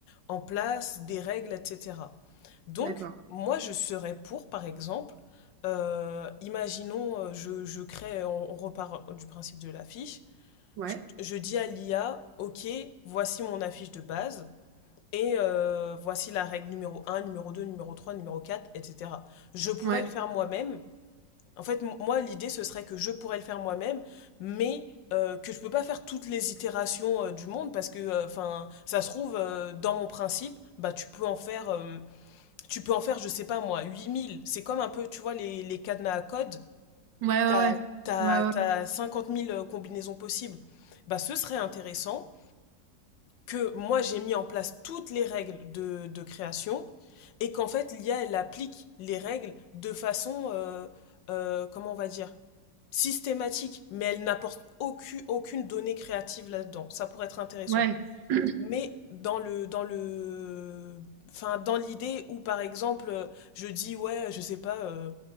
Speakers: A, on the left (about 85°); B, on the right (about 80°).
A: en place, des règles, etc. Donc,
B: d'accord.
A: moi, je serais pour, par exemple, euh, imaginons, euh, je, je crée, on, on repart du principe de l'affiche,
B: Ouais,
A: je, je dis à l'IA, OK, voici mon affiche de base, et euh, voici la règle numéro un, numéro 2, numéro 3, numéro 4, etc. Je pourrais
B: ouais,
A: le faire moi-même, en fait, moi, l'idée, ce serait que je pourrais le faire moi-même, mais euh, que je peux pas faire toutes les itérations euh, du monde parce que, euh, enfin, ça se trouve, euh, dans mon principe, bah, tu peux en faire, euh, tu peux en faire, je sais pas moi, 8000. C'est comme un peu, tu vois, les, les cadenas à code.
B: ouais,
A: T'as,
B: ouais,
A: t'as,
B: ouais,
A: t'as
B: ouais,
A: cinquante mille euh, combinaisons possibles. Bah, ce serait intéressant que moi j'ai mis en place toutes les règles de, de création et qu'en fait l'I a elle applique les règles de façon, euh, euh, comment on va dire, systématique, mais elle n'apporte aucune, aucune donnée créative là-dedans. Ça pourrait être intéressant.
B: ouais. ouais.
A: Mais dans le, dans le, enfin, dans l'idée où, par exemple, euh, je dis, ouais, je sais pas, euh,